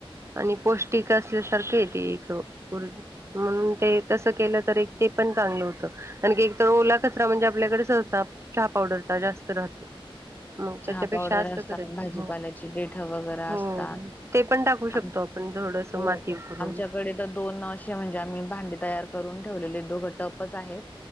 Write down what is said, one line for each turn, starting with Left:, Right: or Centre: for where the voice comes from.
Right: आणि पौष्टिक असल्यासारखं येत एक. म्हणून ते तसं केलं तरी ते पण चांगलं होतं. आणखी एक तर ओला कचरा म्हणजे आपल्याकडे सहसा चहा पावडरचा जास्त राहतो. मग त्याच्यापेक्षा
Left: चहा पावडर
Right: असं
Left: असतात
Right: करायचं
Left: भाजीपाल्याची
Right: हो
Left: पेठ वगैरे
Right: हो
Left: असतात.
Right: ते पण टाकू शकतो
Left: <inaudible>
Right: आपण थोडस
Left: हो
Right: माती उकरून
Left: आमच्याकडे तर दोन असे म्हणजे आम्ही भांडी तयार करून ठेवलेले दोघं टपच आहेत